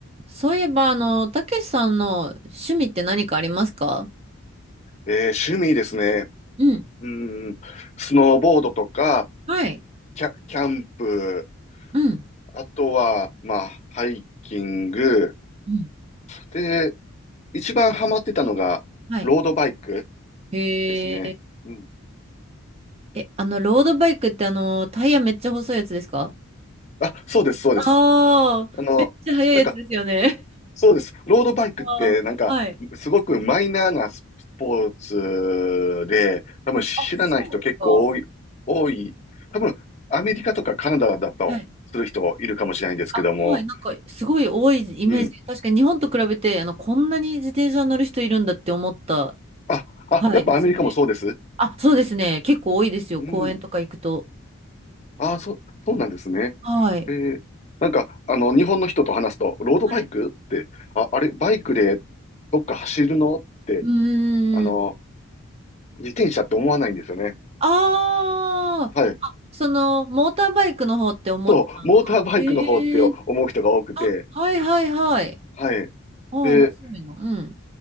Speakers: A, on the right; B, on the left.
A: そういえば、あの、たけしさんの趣味って何かありますか
B: えー趣味ですね。
A: うん。
B: うん、スノーボードとか、
A: はい。
B: キャ、キャンプ、
A: うん。
B: あとは、まあ、ハイキング。
A: うん
B: で、一番ハマってたのが、
A: はい。
B: ロードバイク
A: へえ。
B: ですね。うん。
A: え、あの、ロードバイクってあの、タイヤめっちゃ細いやつですか
B: あ、そうです、そうです。
A: ああー、
B: あの、
A: めっちゃ速いやつですよね。
B: なんか、そうです。ロードバイクって、
A: あーはい。
B: なんか、すごくマイナーなスポーツで、多分知らない人結構多い、
A: あ、そうですか。
B: 多い。多分、アメリカとかカナダだとする人いるかもしれないんですけども、
A: はい。あ、はい。なんか、すごい多いイメージ。
B: うん。
A: 確かに日本と比べて、あの、こんなに自転車乗る人いるんだって思った。
B: あ、あ、
A: はい。
B: やっぱアメリカもそうです。
A: はじめ。あ、そうですね。結構多いですよ。
B: うん。
A: 公園とか行くと。
B: あ、そ、そうなんですね。
A: はい。
B: えーなんか、あの、日本の人と話すと、ロードバイクって、
A: はい
B: あ、あれ、バイクでどっか走るのって、
A: うーん。
B: あの、自転車って思わないんですよね。
A: ああ、
B: はい。
A: あ、その、モーターバイクの方って思っちゃうのか。
B: そう、モーターバイクの方って思う人が多くて、
A: ええあ、はいはいはい。
B: はい。
A: あ面白いの。
B: で、
A: うん。